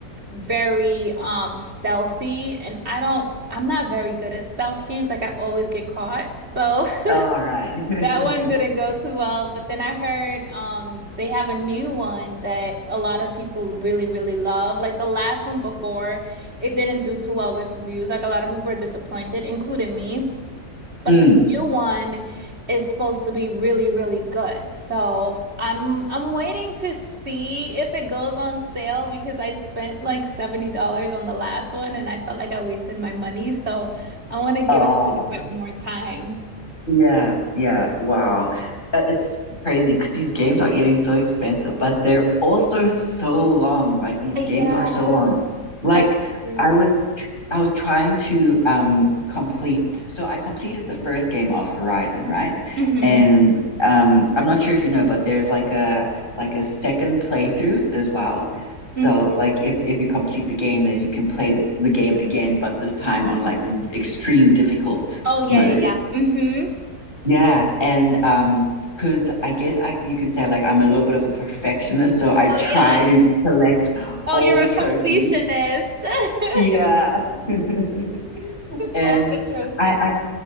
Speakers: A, on the right; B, on the left.
A: very um stealthy, and I don't I'm not very good at stealth games. Like I always get caught. So <laughs>
B: All right. <laughs>
A: That one didn't go too well, but then I heard um they have a new one that a lot of people really, really love. Like the last one before, it didn't do too well with reviews. Like a lot of people were disappointed, including me. But
B: Mm.
A: the new one is supposed to be really, really good. So I'm I'm waiting to see if it goes on sale because I spent like $70 on the last one and I felt like I wasted my money. So I want to give
B: Ah.
A: it a little bit more time.
B: Yeah, yeah, wow. Uh, It's crazy because these games are getting so expensive, but they're also so long. Like these
A: Yeah.
B: games are so long. Like
A: That's true.
B: I was tr I was trying to um complete so I completed the first game of Horizon, right?
A: hmm
B: And um I'm not sure if you know, but there's like a like a second playthrough as well. So
A: hmm
B: like if if you complete the game, then you can play the, the game again, but this time on like r- extreme difficult
A: Oh yeah,
B: mode.
A: yeah, yeah. hmm
B: Yeah, and um, 'cause I guess I you can say like I'm a little bit of a perfectionist, so I try
A: Oh yeah.
B: to collect
A: Oh,
B: all
A: you're
B: the
A: a
B: trophies.
A: completionist.
B: Yeah.
A: <laughs>
B: <laughs> And
A: All the trophies.
B: I, I